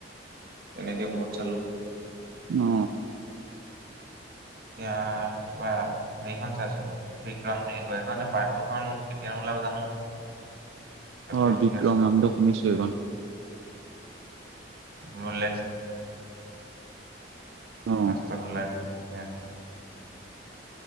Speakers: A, on the right (about 55°); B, on the right (about 85°).
A: তেনেকে বহুত চালো।
B: অ।
A: এতিয়া কিবা হেৰিখন চাইছিলো। বিক্ৰম বুলি কয়। সেইখনৰ পাৰ্ট টুখন কেতিয়া ওলাব জানো? সেইটো
B: অ
A: ৰখি
B: বিক্ৰম
A: আছো
B: নামটো শুনিছো এইখন।
A: <inaudible> <unintelligible>
B: অ',
A: লাষ্টত ওলাই নেমটো।